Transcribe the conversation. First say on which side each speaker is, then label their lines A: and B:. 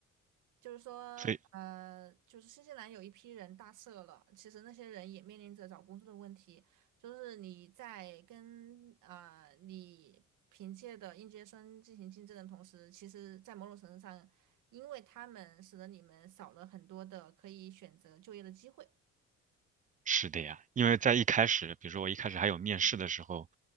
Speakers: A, on the right (about 80°); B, on the right (about 25°).
A: 就是说，
B: 所以
A: 呃，就是新西兰有一批人大赦了，其实那些人也面临着找工作的问题。就是你在跟啊、呃你凭借的应届生进行竞争的同时，其实，在某种程度上，因为他们使得你们少了很多的可以选择就业的机会。
B: 是的呀，因为在一开始，比如说我一开始还有面试的时候，